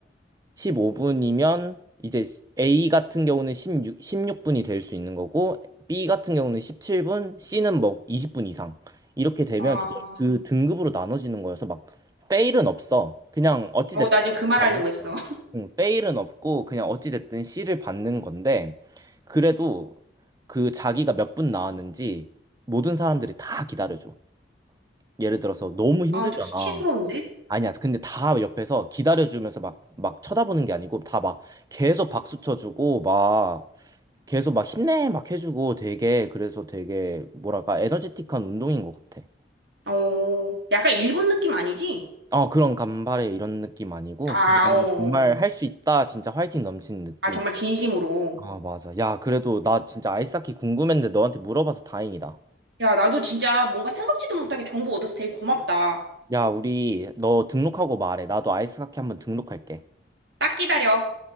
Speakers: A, on the right (about 20°); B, on the right (about 65°).
A: 15분이면 이제 A 같은 경우는 16, 십육 분이 될 수 있는 거고 B 같은 경우는 17분, C는 뭐 20분 이상 이렇게 되면
B: 아,
A: 이제 그 등급으로 나눠지는 거여서 막 페일은 없어. 그냥 어찌
B: 어,
A: 됐든
B: 나 지금 그 말
A: 받는
B: 하려고 했어.
A: 거야. 응, 페일은 없고 그냥 어찌 됐든 C를 받는 건데 그래도 그 자기가 몇 분 나왔는지 모든 사람들이 다 기다려줘. 예를 들어서 너무 힘들잖아.
B: 아, 좀 수치스러운데?
A: 아니야. 근데 다 옆에서 기다려주면서 막, 막 쳐다보는 게 아니고 다 막 계속 박수 쳐주고 막 계속 막 힘내 막 해주고 되게 그래서 되게 뭐랄까 에너제틱한 운동인 것 같아.
B: 어, 약간 일본 느낌 아니지?
A: 어, 그런 간발의 이런 느낌 아니고
B: 아,
A: 그냥
B: 어.
A: 정말
B: 어.
A: 할 수 있다. 진짜 화이팅 넘치는 느낌.
B: 아, 정말 진심으로.
A: 아, 맞아. 야, 그래도 나 진짜 아이스하키 궁금했는데 너한테 물어봐서 다행이다.
B: 야, 나도 진짜 뭔가 생각지도 못하게 정보 얻어서 되게 고맙다.
A: 야, 우리 너 등록하고 말해. 나도 아이스하키 한번 등록할게.
B: 딱 기다려.